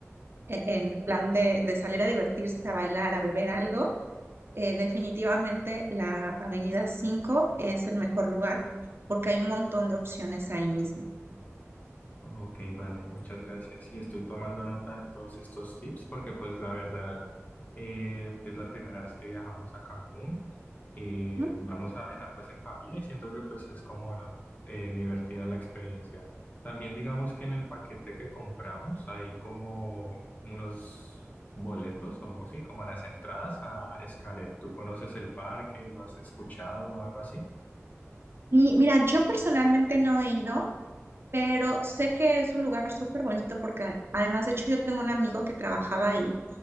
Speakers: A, on the right; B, on the left.
A: e- en plan de, de salir a divertirse, a bailar, a beber algo, eh, definitivamente la Avenida Cinco es el mejor lugar porque hay un montón de opciones ahí mismo.
B: Ok, vale, muchas gracias. Y estoy tomando nota de todos estos tips porque pues la verdad eh, es la primera vez que viajamos a Cancún. Eh,
A: ¿no?
B: vamos a viajar pues en familia y siento que pues es como eh, divertida la experiencia. También digamos que en el paquete que compramos hay como unos boletos o sí, como las entradas a Xcaret. ¿Tú conoces el parque? ¿Lo has escuchado o algo así?
A: Y mira, yo personalmente no he ido, pero sé que es un lugar súper bonito porque además, de hecho, yo tengo un amigo que trabajaba ahí,